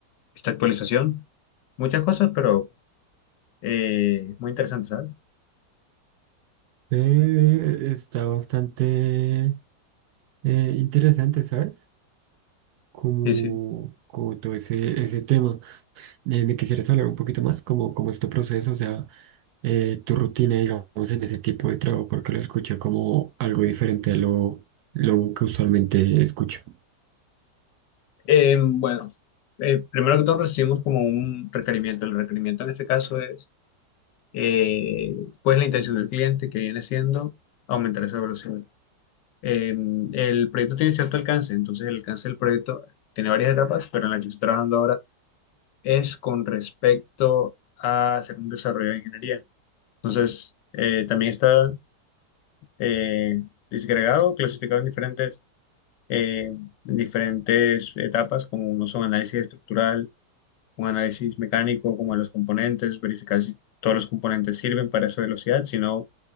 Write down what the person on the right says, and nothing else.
Eh, está bastante eh, interesante, ¿sabes? Como,
como todo ese, ese tema. Eh, me quisieras hablar un poquito más, como, como este proceso, o sea, eh, tu rutina, digamos, en ese tipo de trabajo, porque lo escuché como algo diferente a lo, lo que usualmente escucho.